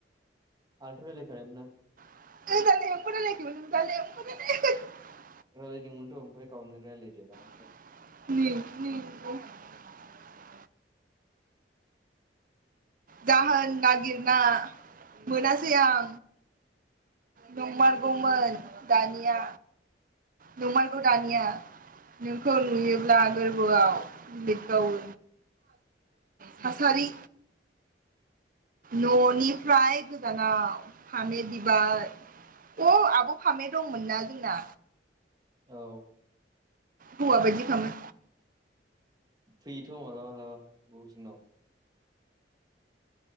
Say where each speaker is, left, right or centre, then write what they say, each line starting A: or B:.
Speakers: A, on the right; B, on the right.
A: आंथ रायलाय खादोंमोनना।
B: <unintelligible>
A: रायलायदोंमोनथ ओमफ्राय गावनो रायज्लायदेरा।
B: <unintelligible> जाहोन नागिरना मोनासै आं नंमारगौमोन दानिया नंमारगौ दानिया नोंखौ नुयोब्ला गोरबोआव लिरबावो थासारि ननिफ्राय गोजानाव फामे बिबार अ आब फामे दंमोनना जोंना
A: औ
B: हौवा बदि खामोन।
A: फैयोथ मालाबा मालाबा बबे जोंनाव